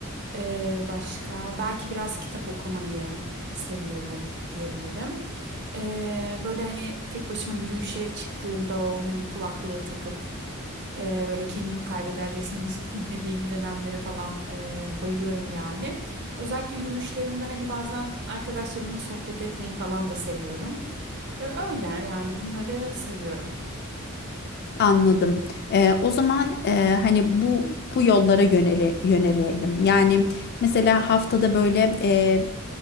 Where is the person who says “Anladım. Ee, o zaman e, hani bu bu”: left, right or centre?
Left